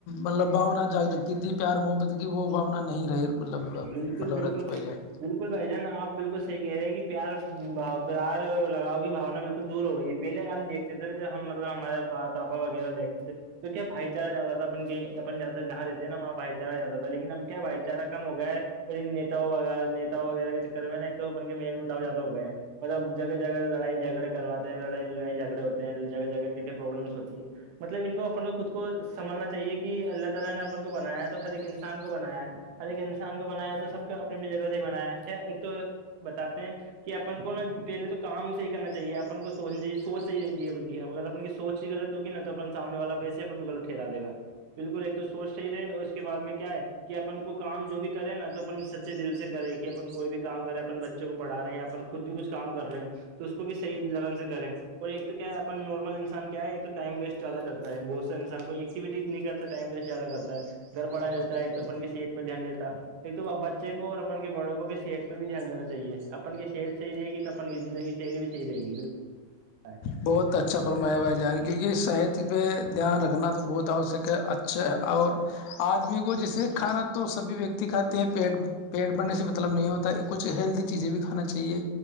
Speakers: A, on the left; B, on the right.
A: مطلب باؤنا جگ لگتی تھی پیار محبت کی وہ بھانا نہیں رہی مطلب
B: بالکل
A: مطلب
B: بالکل
A: رتی بھائی جان
B: بالکل بھائی جان آپ بالکل صحیح کہہ رہے ہیں کہ پیار بھاؤ تو آج لگاؤ کی باونا بالکل دور ہو گئی ہے پہلے ہم دیکھتے تھ نا جب ہم مطلب ہمارےا پاپا وغیرہ دیکھتے تھے تو کیا بھائی چارہ زیادہ تھا اپ اپن جیسا جہاں رہتے نا وہاں بھائی چارہ زیادہ تھا لیکن اب کیا بھائی چارہ کم ہو گیا ہے اور ان نتاؤ ویر نتاؤ وغیرہ کے چکر میں نا ایک تو اپ کے میل مٹاؤ زیادہ ہو گئے ہیں مطلب جگہ جگہ لڑائی جگڑےواتے ہیں لڑائی لڑائی جھگڑے ہوتے ہیں جگہ جگہ کی کیا پرابلمس ہوتی ہے ہے ان کو اپنے خود کو سنبھلنا چاہیے کہ اللہ تعالی نے اپ کو بنایا ہے تو خیر ایک انسان کو بنایا ہے ہر ایک انسان کو بنایا تو سب کو اپنی اپنی جگہ سے ہی بنایاھا ایک تو بتاتے ہیں کہ اپن کو نا پہلے تو کام صحیح کرنا چاہیے اپن کو سوچنی چاہیے سوچ صحیح رہنی چاہیے اپن کی اگر اپن کی سوچ غلط ہو گی نا تو اپن سامنے والا ایسے اپ ٹھیرا دے گا بالکل ایک تو سوچ صحیح رہے اور اس کے بعد میں کیا ہے کہ اپن کو کام جو بھی کرے نا تو اپن سچے دل سے کرے کہ اپن کوئی بھی کام کرے اپن بچوں کو پڑا رہے ہیں اپن خود بھی کچھ کام کر رہے ہیں تو اس کو بھی صحیح لگن سے کریں اور ایک تو کیا ہے اپن نارمل انسان کیا ہے ایک تو ٹائم ویسٹیادہتا ہے بہت سے انسان کوئی ایکٹیویٹی نہیں کرتا ٹائم وسٹ زیادہ کرتا ہے گھربڑا رہتا ہے ایک تو اپن کے دھیان دیتا ایک تو ا بچے کو اور اپن کے بڑوں کو بھی صحت پہ بھی دھیان دینا چاہیے اپن کی صحت سے صحیح رہے گی تو اپن کی زندگی سہیلی بھی صحیح رہے گی بکل
A: بہت اچھا فرمایا بھائی جان کیونکہ صحت پہ دھیان رکھنا تو بہت آوشک ہےا اچھا اور آدمی کو جیسے کھانا تو سبھی ویکتی کھاتے ہیں پیٹ پیٹ بھرنے سے مطلب نہیں ہوتا ہے کچھ ہیلدی چیزیں بھی کھانا چاہیے